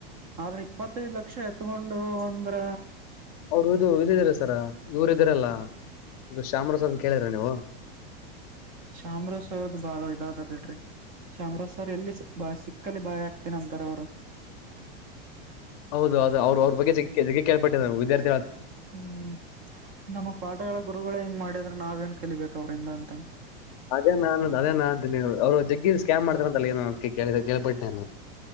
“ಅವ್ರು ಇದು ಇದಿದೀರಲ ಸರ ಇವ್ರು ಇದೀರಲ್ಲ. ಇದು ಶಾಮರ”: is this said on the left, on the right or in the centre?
Left